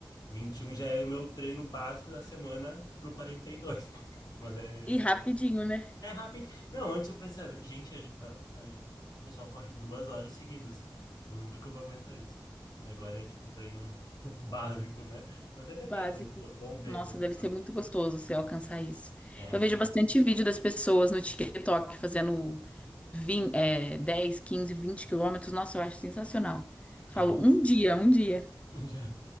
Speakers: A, on the left (about 55°); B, on the left (about 15°).
A: 21 já é meu treino básico da semana pro quarenta e dois <laughs> Mas é,
B: E rapidinho, né?
A: é rápido. Não, antes eu pensava, gente, a- a- a- o pessoal corre duas horas seguidas. Nunca que eu vou aguentar isso. E agora é tipo um treino <laughs> básico, né? Mas é legal,
B: Básico.
A: é bo- bom ver
B: Nossa,
A: a evolução.
B: deve ser muito gostoso você alcançar isso.
A: É
B: Eu
A: muito
B: vejo bastante
A: bom.
B: vídeo das pessoas no TikTok fazendo 20, é, 10, 15, 20 quilômetros. Nossa, eu acho sensacional. Falo,
A: É muito.
B: um dia,
A: É.
B: um dia.
A: <laughs> Já-